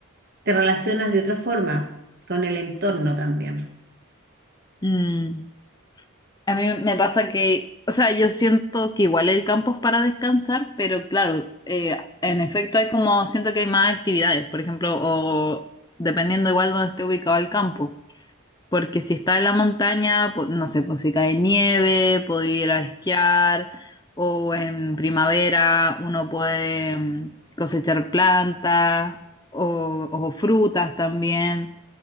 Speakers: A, on the right; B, on the left.
A: te relacionas de otra forma con el entorno también.
B: mm. A mí me pasa que, o sea, yo siento que igual el campo es para descansar, pero claro, eh, en efecto hay como, siento que hay más actividades, por ejemplo, o dependiendo igual donde esté ubicado el campo. Porque si está en la montaña, po- no sé, pues si cae nieve, puede ir a esquiar, o en primavera uno puede mm, cosechar plantas o, o frutas también.